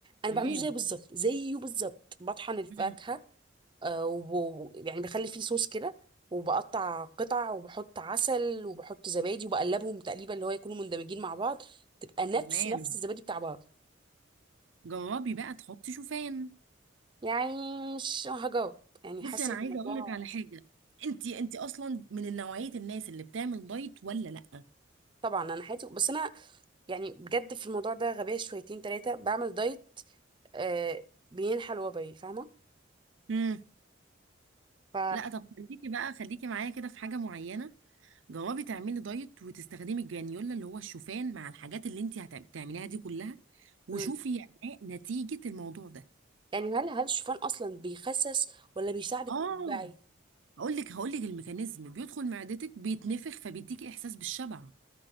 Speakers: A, on the right (about 25°); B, on the right (about 75°).
A: انا
B: تمام
A: بعمله زيه بالظبط زيه بالظبط بطحن الفاكهه
B: مم.
A: آه و... يعني بخلي فيه صوص كده وبقطع قطع وبحط عسل وبحط زبادي وبقلبهم تقليبه اللي هو يكونوا مندمجين مع بعض تبقى نفس
B: تمام
A: نفس الزبادي بتاع بعض
B: جربي بقى تحطي شوفان
A: يعني مش هجاوب يعني
B: بصي
A: حاسه
B: انا
A: إن
B: عايزه
A: الموضوع
B: اقول لك على حاجه انت انت اصلا من نوعيه الناس اللي بتعمل دايت ولا لا
A: طبعا انا حياتي بس انا يعني بجد في الموضوع ده غبية شويتين تلاتة بعمل دايت آه بين حلوة فاهمة
B: امم
A: ف
B: لا طب خليكي بقى خليكي معايا كده في حاجه معينه جربي تعملي دايت وتستخدمي الجرانيولا اللي هو الشوفان مع الحاجات اللي انت هتعمليها دي كلها وشوفي
A: مم.
B: يعني نتيجه الموضوع ده
A: يعني هل هل الشوفان أصلا بيخسس ولا بيساعدك
B: اه
A: تتبعي
B: هقول لك هقول لك الميكانيزم بيدخل معدتك بيتنفخ فبيديكي احساس بالشبع